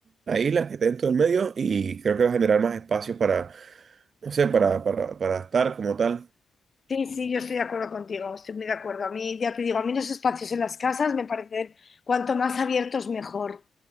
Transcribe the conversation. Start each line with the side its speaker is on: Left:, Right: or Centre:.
Right: la isla que está dentro del medio y creo que va a generar más espacio para, no sé, para, para, para estar como tal.
Left: Sí, sí, yo estoy de acuerdo contigo, estoy muy de acuerdo. A mí, ya te digo, a mí los espacios en las casas me parecen cuanto más abiertos mejor.